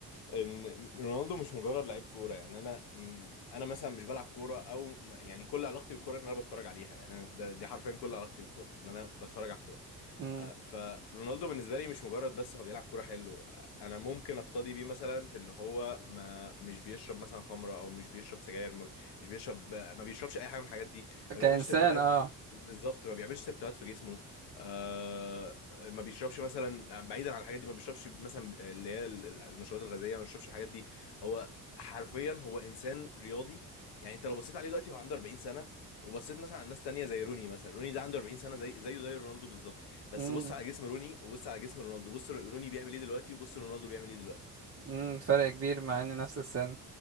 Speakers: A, on the left; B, on the right.
A: ان رونالدو مش مجرد لعيب كوره يعني انا م- انا مثلا مش بلعب كوره او م- يعني كل علاقتي بالكوره ان انا بتفرج عليها يعني أنا ده دي حرفيا كل علاقتي بالكوره ان انا بتفرج على الكوره
B: امم
A: آه، فرونالدو بالنسبه لي مش مجرد بس هو بيلعب كوره حلو آه، انا ممكن اقتدي بيه مثلا في ان هو ما مش بيشرب مثلا خمره او مش بيشرب سجاير ما بي- مش بيشرب آه، ما بيشربش اي حاجه من الحاجات دي ما
B: كإنسان
A: بيعملش تاتوهات
B: اه
A: بالظبط ما بيعملش تاتوهات في جسمه آه ما بيشربش مثلا بعيدا عن الحاجات دي ما بيشربش مثلا اللي هي ال- المشروبات الغازيه ما بيشربش الحاجات دي هو حرفيا هو انسان رياضي يعني انت لو بصيت عليه دلوقتي هو عنده 40 سنه وبصيت مثلا على ناس تانية زي روني مثلا روني ده عنده 40 سنه زي زيه زي رونالدو بالظبط بس
B: امم
A: بص على جسم روني وبص على جسم رونالدو بص روني بيعمل ايه دلوقتي وبص رونالدو بيعمل ايه دلوقتي
B: امم فرق كبير مع ان نفس السن